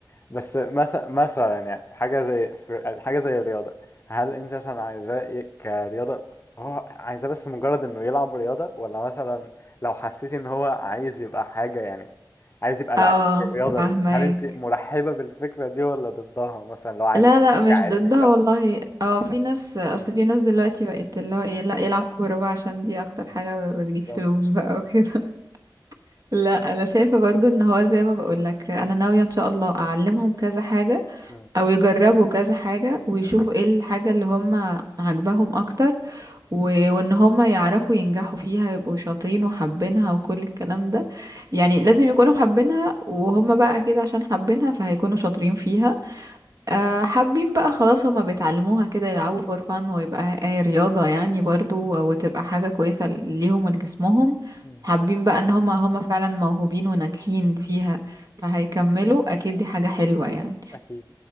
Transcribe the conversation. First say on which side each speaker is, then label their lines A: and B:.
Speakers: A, on the left (about 30°); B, on the right (about 45°).
A: بس مثلا مثلا يعني حاجة زي في- حاجة زي الرياضة هل انت مثلا عايزاه ي- كرياضة هو عايزاه بس مجرد انه يلعب رياضة ولا مثلا لو حسيت ان هو عايز يبقى حاجة يعني عايز يبقى
B: اه
A: لعيب في الرياضة
B: فاهمك
A: دي هل انت مرحبة بالفكرة دي ولا ضدها مثلا لو عايزاه
B: لا لا
A: كعلمية
B: مش ضدها
A: أو
B: والله اه في ناس اصل في ناس دلوقتي بقت اللي هو ايه لا يلعب كورة بقى عشان دي اكتر حاجة بتجيب
A: بالظبط
B: فلوس بقى وكده لا انا شايفه برضو ان هو زي ما بقولك انا ناويه ان شاء الله اعلمهم كذا حاجه
A: مم.
B: او يجربوا كذا حاجه ويشوفوا ايه الحاجه اللي هم عاجباهم اكتر و- وان هم يعرفوا ينجحوا فيها يبقوا شاطرين وحابينها وكل الكلام ده يعني لازم يكونوا حابينها وهم بقى اكيد عشان حابينها فهيكونوا شاطرين فيها أه حابين بقى خلاص هما بيتعلموها كده يلعبوا فور فان ويبقى هي رياضة يعني برضو وتبقى حاجة كويسة ليهم ولجسمهم
A: مم.
B: حابين بقى ان هما هما فعلا موهوبين وناجحين فيها فهيكملوا اكيد دي حاجة حلوة يعني
A: <laughs> أكيد